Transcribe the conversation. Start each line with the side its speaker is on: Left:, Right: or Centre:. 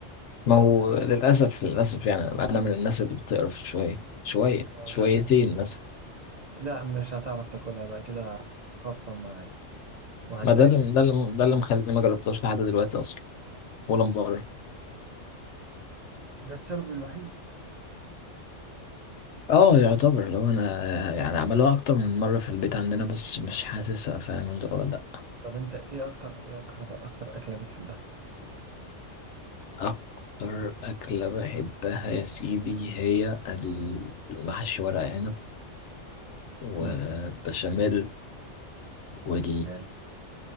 Left: ما هو
Right: كوارع مخصوص
Left: للأسف للأسف يعني أنا من الناس اللي بتقرف شوية شوية
Right: آه،
Left: شويتين
Right: مش
Left: مثلا
Right: لا مش هتعرف تاكلها بقى كده هتخصم معاك وهتضايق
Left: ما ده اللي ده اللي ده اللي مخليني ما جربتهاش لحد دلوقتي أصلا ولا مرة
Right: ده السبب الوحيد
Left: اه يعتبر لو انا يعني عملوها اكتر من مرة في البيت عندنا بس مش حاسسها فاهم اللي هو لا
Right: طب انت ايه اكتر ايه اكتر اكتر اكله بتحبها
Left: اكتر اكلة بحبها يا سيدي هي المحشي ورق عنب والبشاميل
Right: امم
Left: وال
Right: حلو